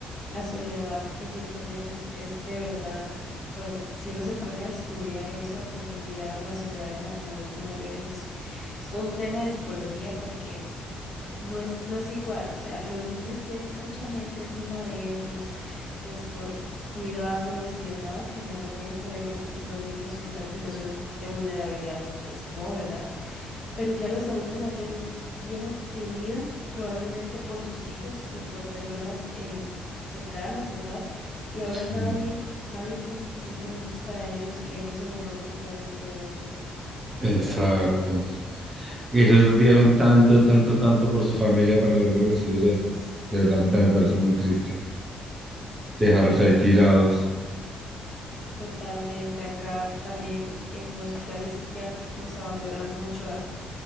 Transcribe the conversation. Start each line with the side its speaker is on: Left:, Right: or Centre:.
Left: la soledad que sienten ellos, es de verdad, bueno, si uno se pone a estudiar eso a profundidad, la soledad en, a- en adultos mayores es, es todo un tema de psicología porque No es, no es igual, o sea, los niños tienen mucha gente encima de ellos, pues por cuidándolos y demás, generalmente, obviamente, si son niños que están en situaciones de vulnerabilidad, pues no, ¿verdad? Pero ya los adultos mayores dieron su vida probablemente por sus hijos y por personas em, cercanas, ¿verdad? Y ahora
Right: Sí.
Left: nadie, nadie tiene ni cinco minutos para ellos y a mí eso me rompe el corazón, de verdad, yo
Right: Exacto.
Left: me, me duele mucho.
Right: Ellos dieron tanto, tanto, tanto por su familia para luego recibir estos. De verdad, a mí también me parece muy triste dejarlos ahí tirados.
Left: Totalmente. Acá también en hospitales psiquiátricos abandonan mucho a